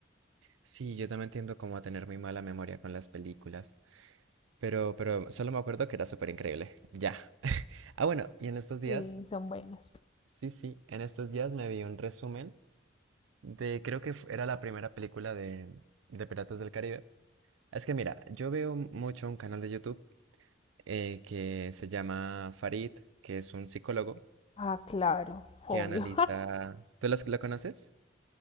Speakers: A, on the right (about 75°); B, on the left (about 30°).
A: Sí, yo también tiendo como a tener muy mala memoria con las películas, pero, pero solo me acuerdo que era súper increíble. Ya. <laughs> Ah, bueno, y en estos días
B: Sí, son buenas.
A: Sí, sí, en estos días me vi un resumen de, creo que fu- era la primera película de, de Piratas del Caribe. Es que mira, yo veo mucho un canal de YouTube eh, que se llama Farid, que es un psicólogo
B: Ah, claro, obvio.
A: que analiza... ¿Tú las- lo conoces?